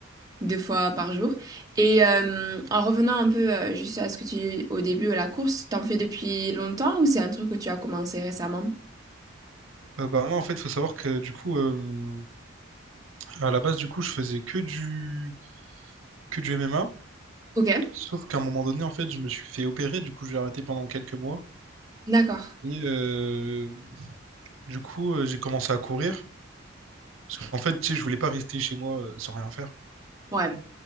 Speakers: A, on the right; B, on the right.
A: deux fois par jour. Et euh, en revenant un peu euh, juste à ce que tu au début à la course, t'en fais depuis longtemps ou c'est un truc que tu as commencé récemment?
B: Euh, bah, moi, en fait, faut savoir que, du coup, euh, à la base, du coup, je faisais que du, que du MMA.
A: Ok,
B: Sauf qu'à un moment donné, en fait, je me suis fait opérer, du coup, j'ai arrêté pendant quelques mois.
A: d'accord.
B: Et, euh, Du coup, euh, j'ai commencé à courir. Parce qu'en fait, tu sais, je voulais pas rester chez moi euh, sans rien faire.
A: Ouais.